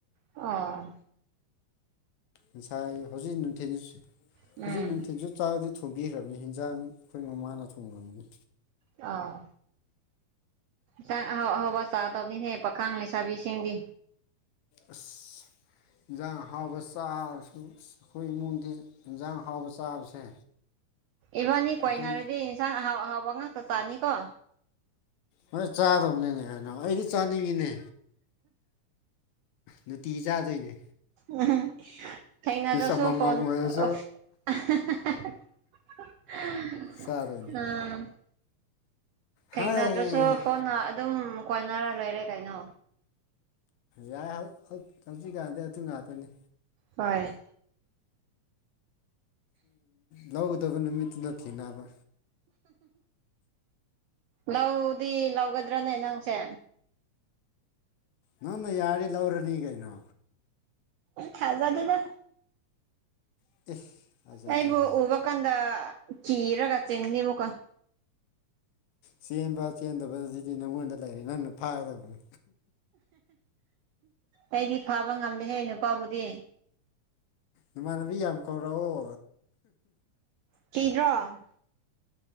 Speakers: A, on the right (about 85°); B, on the left (about 75°).
A: ꯑꯣ꯫
B: ꯉꯁꯥꯏ ꯍꯧꯖꯤꯛ ꯅꯨꯡꯊꯤꯟ
A: ꯎꯝ
B: ꯍꯧꯖꯤꯛ ꯅꯨꯡꯊꯤꯟꯖꯨ ꯆꯥꯛꯗꯤ ꯊꯣꯡꯕꯤꯈ꯭ꯔꯕꯅꯤ ꯍꯟꯖꯥꯡ ꯈꯣꯏ ꯃꯃꯥꯅ ꯊꯣꯡꯔꯝꯃꯅꯤ꯫
A: ꯑꯥ꯫ ꯆꯥꯛ ꯑꯍꯥꯎꯕ ꯑꯍꯥꯎꯕ ꯆꯥꯗꯧꯅꯤꯅꯦ ꯄꯥꯈꯥꯡ ꯂꯩꯁꯥꯕꯤꯁꯤꯡꯗꯤ꯫
B: ꯑꯁ꯫ ꯏꯟꯖꯥꯡ ꯍꯥꯎꯕ ꯆꯥꯔꯁꯨ ꯈꯣꯏ ꯏꯃꯨꯡꯗꯤ ꯏꯟꯖꯥꯡ ꯍꯥꯎꯕ ꯆꯥꯕꯁꯦ,
A: ꯏꯕꯅꯤ ꯀꯣꯏꯅꯥꯔꯗꯤ
B: ꯑꯗꯨꯝ
A: ꯏꯟꯁꯥꯡ ꯍꯥꯎ ꯍꯥꯎꯕ ꯉꯛꯇꯥ ꯆꯥꯅꯤ ꯀꯣ꯫
B: ꯍꯣꯏ ꯆꯥꯗꯧꯅꯤꯅꯦ ꯀꯩꯅꯣ ꯑꯩꯗꯤ ꯆꯥꯅꯤꯡꯉꯤꯅꯦ꯫ ꯅꯨꯇꯤ ꯆꯥꯗꯣꯏꯅꯦ꯫
A: ꯎꯝ ꯊꯦꯡꯅꯔꯁꯨ
B: ꯄꯤꯁ ꯑꯃꯃꯝ
A: ꯐꯣꯟ,
B: ꯑꯣꯏꯔꯁꯨ
A: <unintelligible>
B: ꯆꯥꯗꯣꯏꯅꯤ
A: ꯎꯝ꯫ ꯊꯦꯡꯅꯗ꯭ꯔꯁꯨ
B: ꯍꯥꯏ
A: ꯐꯣꯟꯅ ꯑꯗꯨꯝ ꯀꯣꯏꯅꯔ ꯂꯩꯔꯦ ꯀꯩꯅꯣ꯫
B: ꯌꯥꯏ ꯍꯧꯖꯤꯛꯀꯥꯟꯗꯤ ꯑꯗꯨ ꯉꯥꯛꯇꯅꯤ꯫
A: ꯍꯣꯏ꯫
B: ꯂꯧꯒꯗꯕ ꯅꯨꯃꯤꯠꯇꯨꯅ ꯊꯦꯡꯅꯕ꯫
A: ꯂꯧꯗꯤ ꯂꯧꯒꯗ꯭ꯔꯥꯅꯦ ꯅꯪꯁꯦ꯫
B: ꯅꯪꯅ ꯌꯥꯔꯗꯤ ꯂꯧꯔꯅꯤ ꯀꯩꯅꯣ꯫
A: ꯊꯖꯗꯦꯗ꯫
B: <unintelligible>
A: ꯑꯩꯏꯕꯨ
B: ꯍꯥꯏ
A: ꯎꯕ ꯀꯟꯗ ꯀꯤꯔꯒ ꯆꯦꯟꯅꯤ ꯑꯃꯨꯛꯀ꯫
B: ꯆꯦꯟꯕ ꯆꯦꯟꯗꯕꯁꯤꯗꯤ ꯅꯪꯉꯣꯟꯗ ꯂꯩꯔꯦ ꯅꯪꯅ ꯐꯥꯒꯗꯕꯅꯤ꯫
A: ꯑꯩꯗꯤ ꯐꯕ ꯉꯝꯗꯦꯍꯦ ꯅꯨꯄꯥꯕꯨꯗꯤ꯫
B: ꯅꯃꯥꯟꯅꯕꯤ ꯌꯥꯝ ꯀꯧꯔꯛꯑꯣ꯫
A: ꯀꯤꯗ꯭ꯔꯣ?